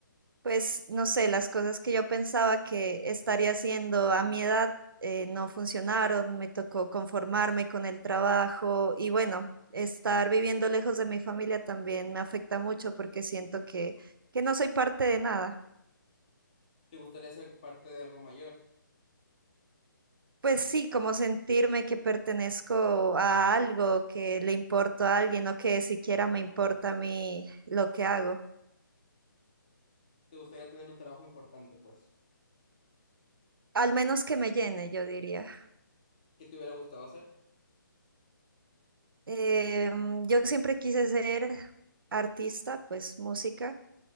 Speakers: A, on the right; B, on the left.
A: Pues no sé, las cosas que yo pensaba que estaría haciendo a mi edad eh, no funcionaron, me tocó conformarme con el trabajo y bueno, estar viviendo lejos de mi familia también me afecta mucho porque siento que, que no soy parte de nada.
B: ¿Te gustaría ser parte de algo mayor?
A: Pues sí, como sentirme que pertenezco a algo, que le importo a alguien o que siquiera me importa a mí lo que hago.
B: ¿Te gustaría tener un trabajo importante, pues?
A: Al menos que me llene, yo diría.
B: ¿Qué te hubiera gustado hacer?
A: Eh, mm, yo siempre quise ser artista, pues música,